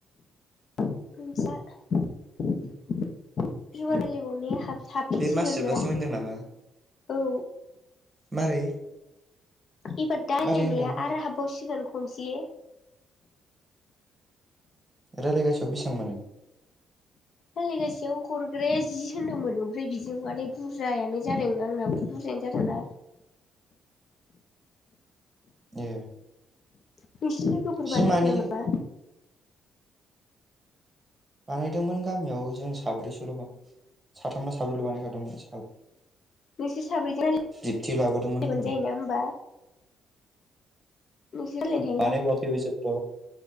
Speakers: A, on the left; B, on the right.
A: <unintelligible> इबार
B: उम
A: रायलायबावनाय हाबफिनसिगोनब्रा
B: बे मास जोबजासिम होनदों नामा
A: औ
B: मारै?
A: इबार दा रायलायनाया
B: मारै होनदों
A: आरो हाबावसि? दिनावनो खनसे
B: रायलायगासेयाव बेसेबां मोनो?
A: रायलायगासेयाव हरग्राया जि होनदोंमोन ओमफ्राय बिदिहालाय बुरजायानो जादों आंनाबोथ' बुरजायानो जादों ना
B: ए
A: नोंसोरनि लोगोफोर
B: बिमानि
A: बानायाखै नामा?
B: बानायदोंमोन गामियाव जों साब्रैसल' साथामना साब्रैल' बानायखादोंमोन
A: नोंसोर साब्रैजों रायलायबानो
B: जिबथि लाबोदोंमोन आरो
A: जायोना होमबा नोंसोर रायजलायनो हायोना
B: माने बावाखै बिसोरथ'